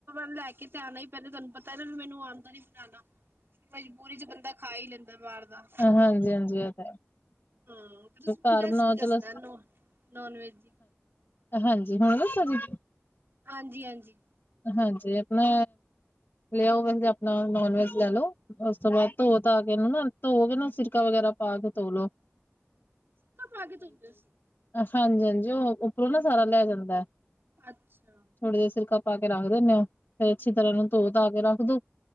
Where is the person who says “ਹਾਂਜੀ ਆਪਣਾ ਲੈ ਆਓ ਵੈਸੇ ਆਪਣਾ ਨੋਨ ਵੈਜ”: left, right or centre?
Left